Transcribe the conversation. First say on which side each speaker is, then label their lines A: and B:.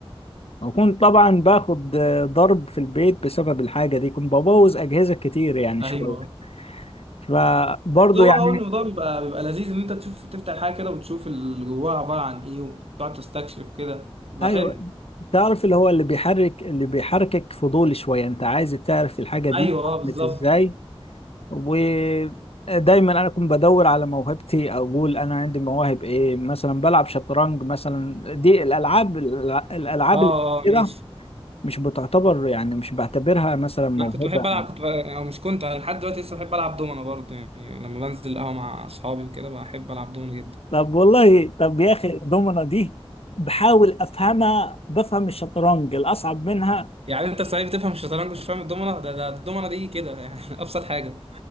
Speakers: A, on the left; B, on the right.
A: وكنت طبعا باخد ضرب في البيت بسبب الحاجه دي كنت ببوظ اجهزه كتير يعني
B: ايوه
A: شويه فبرضه
B: هو
A: يعني
B: هو الموضوع بيبقى بيبقى لذيذ ان انت تشوف تفتح حاجه كده وتشوف اللي جواها عباره عن ايه وتقعد تستكشف كده بيبقى
A: ايوه
B: حلو
A: تعرف اللي هو اللي بيحرك اللي بيحركك فضول شويه انت عايز تعرف الحاجه دي
B: ايوه اه
A: عملت
B: بالظبط
A: ازاي ودايما انا كنت بدور على موهبتي اقول انا عندي مواهب ايه مثلا بلعب شطرنج مثلا دي الالعاب الالعاب
B: اه
A: اللي
B: اه
A: كده
B: ماشي
A: مش بتعتبر يعني مش بعتبرها مثلا موهبة
B: انا كنت بحب العب كنت ب... او مش كنت أنا لحد دلوقتي لسه بحب العب دومنه برضه يعني لما بنزل القهوه مع اصحابي وكده بحب العب دومنه جدا
A: طب والله طب يا اخي الضمنة دي بحاول افهمها بفهم الشطرنج الاصعب منها
B: يعني انت صحيح بتفهم الشطرنج مش فاهم الدومنه ده ده الدومنه دي كده يعني <laughs> ابسط حاجه